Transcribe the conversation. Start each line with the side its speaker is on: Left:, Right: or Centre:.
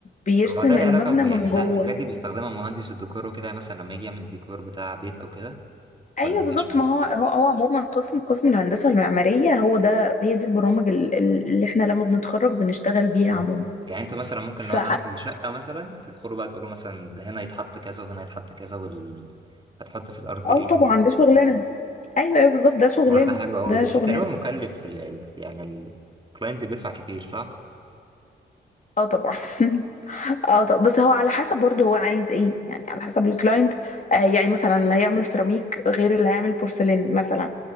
Left: بيرسم
Right: هو ده له
Left: المبنى
Right: علاقه ب-
Left: من
Right: يعني ده
Left: جوه
Right: الحاجات دي بيستخدمها مهندس الديكور وكده مثلا لما يجي يعمل ديكور بتاع بيت او كده
Left: ايوه
Right: ولا ملهاش
Left: بالظبط ما هو هو هو عموما قسم قسم الهندسه المعماريه هو ده هي دي البرامج ال- ال- اللي احنا لما بنتخرج بنشتغل بيها
Right: آه.
Left: عموما
Right: يعني انت مثلا ممكن
Left: ف
Right: لو انا عندي شقه مثلا تدخلوا بقى تقولوا مثلا هنا يتحط كذا وهنا يتحط كذا وال... هتحط في الارض
Left: اه
Right: ايه
Left: طبعا ده شغلنا ايوه ايوه بالظبط ده شغلنا
Right: الموضوع ده حلو قوي
Left: ده
Right: بس
Left: شغلنا
Right: تقريبا مكلف ل... يعني الكلاينت بيدفع كتير صح؟
Left: اه طبعا <laughs> اه طب بس هو على حسب برضه هو عايز ايه يعني على حسب الكلاينت آه يعني مثلا اللي هيعمل سيراميك غير اللي هيعمل بورسلين مثلا